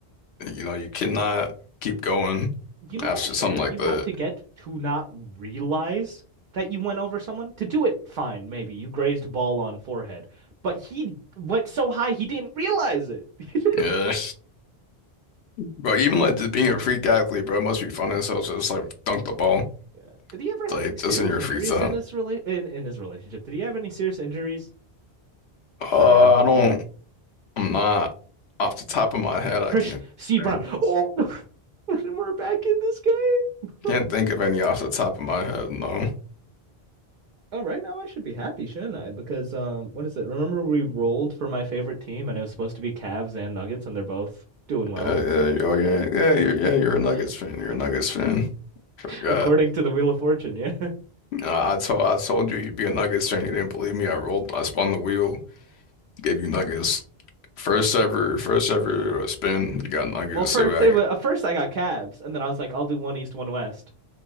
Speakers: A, on the left; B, on the right.
A: you know you cannot keep going
B: You know
A: after
B: how much
A: something
B: air
A: like
B: you
A: that.
B: have to get to not realize that you went over someone? To do it, fine, maybe. You grazed ball on forehead. But he went so high he didn't realize it. <laughs>
A: Yeah, <laughs> bro. Even like just being a freak athlete, bro, it must be fun as hell just like dunk the ball
B: Yeah. Did he ever have
A: like
B: any serious
A: just in your
B: injuries
A: free time.
B: in this rela in, in his relationship? Did he have any serious injuries? Sorry,
A: Uh,
B: I'm looking
A: I don't.
B: at
A: I'm not off the top of my head. I
B: Chris
A: can't think
B: C. Brown.
A: of any.
B: Oh, <laughs> we're back in this game. <laughs> We're-
A: Can't think of any off the top of my head. No.
B: Oh, right now I should be happy, shouldn't I? Because um, what is it? Remember we rolled for my favorite team, and it was supposed to be Cavs and Nuggets, and they're both doing well.
A: Yeah, yeah, oh yeah, yeah. You're yeah. You're
B: <laughs>
A: a Nuggets fan. You're a Nuggets fan. Forgot.
B: According to the Wheel of Fortune, yeah.
A: Nah, I told I told you you'd be a Nuggets fan. You didn't believe me. I rolled. I spun the wheel. Gave you Nuggets. First ever. First ever uh, spin. You got
B: <laughs>
A: Nuggets.
B: well, first
A: See what I
B: it
A: get.
B: was, at first I got Cavs, and then I was like, I'll do one East, one West,